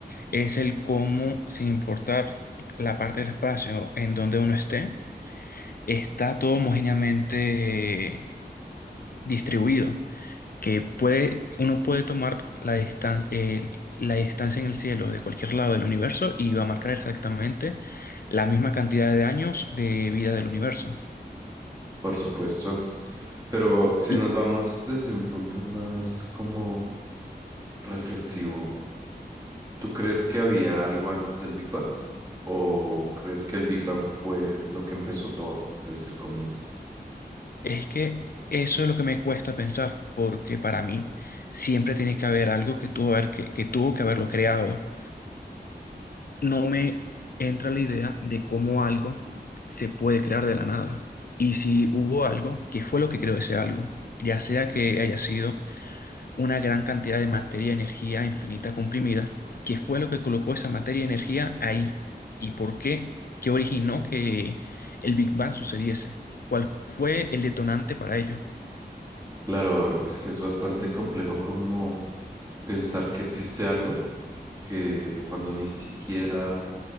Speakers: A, on the left (about 60°); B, on the right (about 20°).
A: es el cómo, sin importar la parte del espacio en donde uno esté, está todo homogéneamente eh, distribuido. que puede, uno puede tomar la distancia, la distancia en el cielo de cualquier lado del universo y va a marcar exactamente la misma cantidad de años de vida del universo.
B: Por supuesto. Pero si
A: Y
B: nos vamos desde un punto más como reflexivo, ¿tú crees que había algo antes del Big Bang? ¿O crees que el Big Bang fue lo que empezó todo desde el comienzo?
A: es que eso es lo que me cuesta pensar, porque para mí siempre tiene que haber algo que tuvo, haber- que, que tuvo que haberlo creado. No me entra la idea de cómo algo se puede crear de la nada. Y si hubo algo, ¿qué fue lo que creó ese algo? Ya sea que haya sido una gran cantidad de materia y energía infinita comprimida, que fue lo que colocó esa materia y energía ahí. ¿Y por qué? ¿Qué originó que el Big Bang sucediese? ¿Cuál fue el detonante para ello?
B: Claro, es que es bastante complejo como pensar que existe algo que cuando ni siquiera